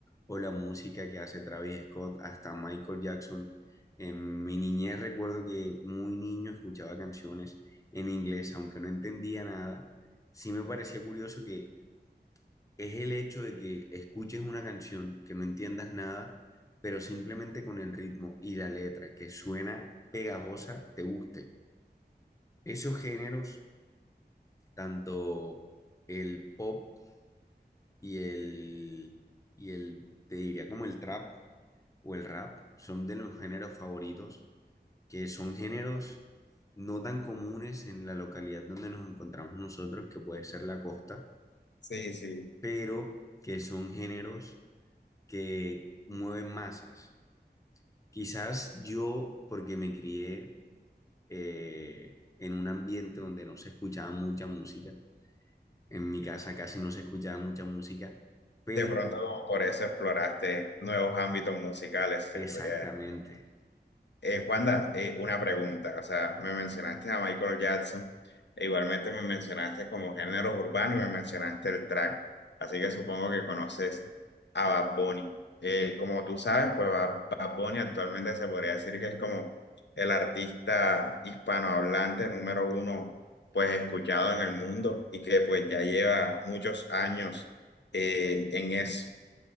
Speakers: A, on the left; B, on the left.
A: o la música que hace Travis Scott, hasta Michael Jackson en mi niñez recuerdo que muy niño escuchaba canciones en inglés, aunque no entendía nada. Sí me parecía curioso que es el hecho de que escuches una canción, que no entiendas nada, pero simplemente con el ritmo y la letra que suena pegajosa, te guste. Esos géneros, tanto el pop y el, y el, te diría como el trap o el rap, son de los géneros favoritos que son géneros no tan comunes en la localidad donde nos encontramos nosotros, que puede ser la costa,
B: Sí, sí.
A: pero que son géneros que mueven masas. Quizás yo, porque me crié eh, en un ambiente donde no se escuchaba mucha música, en mi casa casi no se escuchaba mucha música, pero
B: De pronto por eso exploraste nuevos ámbitos musicales, se
A: exactamente.
B: podría decir. Eh, Juanda, eh, una pregunta, o sea, me mencionaste a Michael Jackson, e igualmente me mencionaste como géneros urbanos y me mencionaste el track, así que supongo que conoces a Bad Bunny. Eh, como tú sabes, pues Ba- Bad Bunny actualmente se podría decir que es como el artista hispanohablante número uno, pues escuchado en el mundo y que pues ya lleva muchos años eh, en eso.